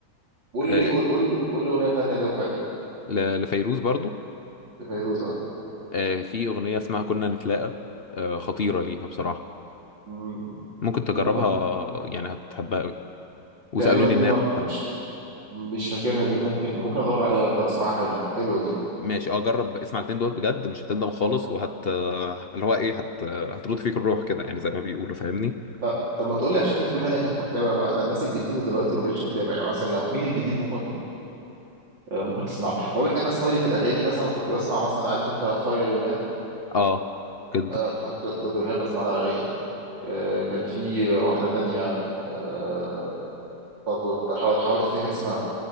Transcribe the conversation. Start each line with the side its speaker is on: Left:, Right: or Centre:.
Right: قول
Left: آه،
Right: لي قول قول لي قول لي اغنيه تانية ليهم حلو
Left: ل- لفيروز برضو
Right: لفيروز اه
Left: آه، في أغنية اسمها كنا نتلاقى آه، خطيرة ليها بصراحة
Right: مم،
Left: ممكن تجربها
Right: ممكن
Left: يعني هتحبها قوي وسألوني
Right: تقريبا دي
Left: الناس
Right: ما
Left: مثلا
Right: مش مش فاكرها دي ممكن ممكن ادور عليها اسمعها دي حلوه دي
Left: ماشي اه جرب اسمع الاتنين دول بجد مش هتندم خالص
Right: اه
Left: وهت آه، اللي هو ايه هت آه، هترد فيك الروح كده يعني زي ما بيقولوا فاهمني
Right: طب طب ما تقول لي عشان بما انك انت متابع بقى انا الناس الجديده دلوقتي ما بقتش متابع يعني مثلا لو مين الجديد ممكن آه، ممكن تسمع له اقول لك انا ستايلي في الاغاني مثلا كنت بسمع مثلا عارف انت فايا يونان
Left: اه جدا
Right: آه، بحط كنت بحب اسمع لها اغاني آه، كان في واحده تانية آه، برضو بحاول احاول افتكر اسمها